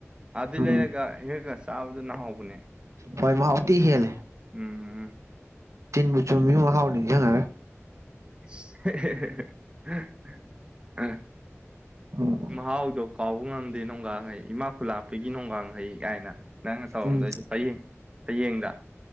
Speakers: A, on the right (about 20°); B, on the right (about 85°).
A: ꯑꯗꯨ
B: ꯎꯝ
A: ꯂꯩꯔꯒ ꯍꯦꯛꯒ ꯆꯥꯕꯗꯨꯅ ꯍꯥꯎꯕꯅꯦ
B: ꯍꯣꯏ ꯃꯍ ꯎꯇ ꯍꯦꯜ
A: ꯎꯝ
B: ꯇꯤꯟꯕꯨ ꯆꯨꯝꯃꯤ ꯍꯥꯎꯅꯤꯡ ꯍꯉꯒꯦ
A: <inaudible> ꯍꯝꯝ ꯑꯥ
B: ꯎꯝ
A: ꯃꯍꯥꯎꯗꯣ ꯀꯥꯎꯕ ꯉꯝꯗꯦ ꯣꯡꯒ ꯍꯩ ꯏꯃꯥ ꯈꯨ ꯂꯥꯛꯄꯒꯤ ꯅꯣꯡꯒ ꯍꯩ ꯀꯥꯏꯅ ꯅꯪꯅ ꯇꯧꯔꯝꯗꯣꯏꯁ
B: ꯎꯝ
A: ꯍꯌꯦꯡ ꯍꯌꯦꯡꯗ